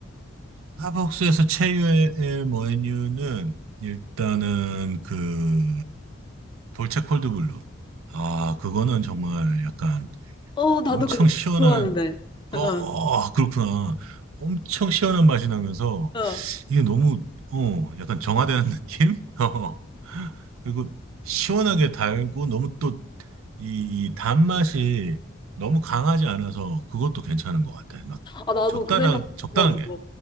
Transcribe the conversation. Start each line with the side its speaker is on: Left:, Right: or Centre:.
Right: 스타벅스에서 최유의 메뉴는 일단은 그 돌체 콜드블루. 아, 그거는 정말 약간
Left: 어 나도
Right: 엄청
Left: 그거
Right: 시원한
Left: 좋아하는데 어,
Right: 어, 어, 그렇구나. 엄청 시원한 맛이 나면서
Left: 어.
Right: 이게 너무 어, 약간 정화되는 <laughs> 느낌? 어. 그리고 시원하게 달고 너무 또 이, 이 단맛이 너무 강하지 않아서 그것도 괜찮은 것 같아. 막
Left: 아, 나도
Right: 적당하,
Left: 그 생각,
Right: 적당하게.
Left: 맞아.